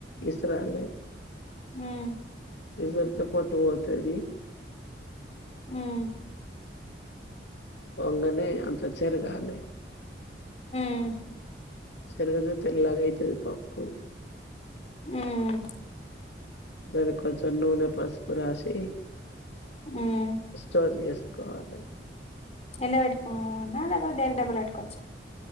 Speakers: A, on the left; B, on the left.
A: ఇస్ర అలే
B: హ్మ్
A: ఇసరుతో పట్టు పోతది
B: హ్మ్
A: పొంగనే అంత చేరగాలే
B: హ్మ్
A: సరుగుదు తెల్లగై తదిపాప్పు
B: మ్మ్
A: దానికి కొంచెం నూనె పసుపు రాసి
B: మ్
A: స్టోర్ చేస్ కోవాలి
B: ఎందు పెట్టుకో నా లేకపోతే డైరెక్ట్ డబుల్ పెట్టుకోవచ్చ